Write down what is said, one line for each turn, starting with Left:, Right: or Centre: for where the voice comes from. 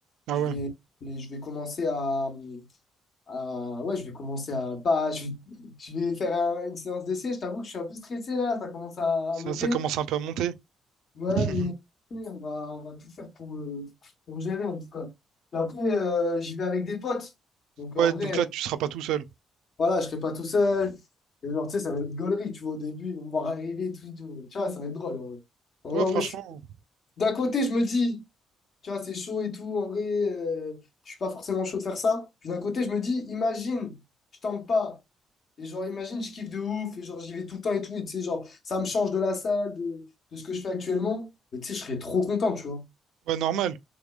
Right: Ah
Left: Je
Right: ouais,
Left: vais, mais je vais commencer à, à- Ouais, je vais commencer à. Pas, je, je vais faire un- une séance d'essai. Je t'avoue que je suis un peu stressé là. Ça commence à,
Right: ça,
Left: à monter.
Right: ça commence un peu à monter.
Left: Ouais,
Right: <laughs>
Left: mais mais on va, on va tout faire pour, euh, pour gérer en tout cas. Et après, euh, j'y vais avec des potes. Donc
Right: Ouais,
Left: en vrai.
Right: donc là, tu seras pas tout seul.
Left: Voilà, je serai pas tout seul. Et genre, tu sais, ça va être gaulerie, tu vois, au début, ils vont me voir arriver, tout, et tout. Tu vois, ça va être drôle, en vrai. En
Right: Ouais,
Left: vrai, en
Right: franchement,
Left: vrai, je suis- d'un côté, je me dis, tu vois, c'est chaud et tout, en vrai, euh, je suis pas forcément chaud de faire ça. Puis d'un côté, je me dis, imagine, je tente pas. Et genre, imagine, je kiffe de ouf, et genre, j'y vais tout le temps et tout, et tu sais, genre, ça me change de la salle, de, de ce que je fais actuellement. Mais tu sais, je serais trop content, tu vois.
Right: ouais, normal.